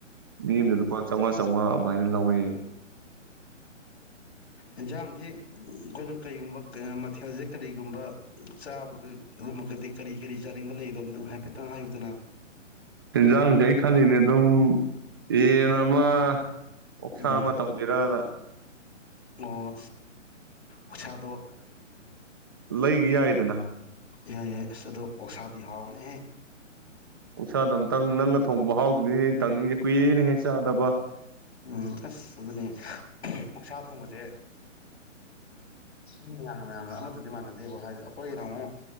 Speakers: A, on the right; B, on the left.
A: ꯃꯤ ꯑꯃꯗ ꯂꯨꯄꯥ ꯆꯥꯝꯃꯉꯥ ꯆꯥꯝꯃꯉꯥ ꯑꯗꯨꯃꯥꯏꯅ ꯂꯧꯋꯤ
B: ꯌꯦꯟꯁꯥꯡꯗꯤ ꯑꯩꯈꯣꯏꯅ ꯀꯔꯤꯒꯨꯝꯕ ꯃꯊꯦꯜꯁꯦ ꯀꯔꯤꯒꯨꯝꯕ ꯆꯥꯕꯒ ꯑꯗꯨꯝꯃꯒꯗꯤ ꯀꯔꯤ ꯀꯔꯤ ꯆꯥꯅꯤꯡꯕ ꯂꯩꯗꯣꯇꯪ ꯍꯥꯏꯐꯦꯠꯇꯪ ꯍꯥꯏꯌꯨꯗꯅ
A: ꯏꯟꯖꯥꯡꯁꯦ ꯑꯩ ꯈꯜꯂꯤꯅꯦ ꯑꯗꯨꯝ ꯌꯦꯟ ꯑꯃ ꯑꯣꯛꯁꯥ
B: ꯎꯝ
A: ꯑꯃ ꯇꯧꯁꯤꯔꯥꯅ
B: ꯑꯣ ꯑꯁ ꯑꯣꯛꯁꯥꯗꯣ
A: ꯂꯩꯒꯤ ꯌꯥꯏꯗꯅ꯫
B: ꯌꯥꯏ- ꯌꯥꯏ ꯑꯁ ꯑꯗꯣ ꯑꯣꯛꯁꯥꯗꯤ ꯍꯥꯎꯕꯅꯦꯍꯦ!
A: ꯑꯣꯛꯁꯥꯗꯣ ꯑꯃꯇꯪ ꯅꯪꯅ ꯊꯣꯡꯕ ꯃꯍꯥꯎꯗꯨꯅꯤꯅꯦ ꯑꯩꯅ ꯇꯪꯅꯤꯡꯉꯤꯁꯦ ꯀꯨꯏꯔꯦꯅꯦꯍꯦ ꯆꯥꯗꯕ
B: ꯎꯝ ꯑꯁ ꯑꯗꯨꯅꯦ ꯑꯣꯛ ꯁꯥꯥ ꯊꯣꯡꯕꯁꯦ ꯃꯤ ꯃꯌꯥꯝ ꯃꯌꯥꯝꯒ ꯑꯃꯠꯇꯗꯤ ꯃꯥꯟꯅꯗꯦꯕꯣ ꯍꯥꯏꯗꯤ ꯑꯩꯈꯣꯏꯒꯤꯅ ꯑꯃꯨꯛ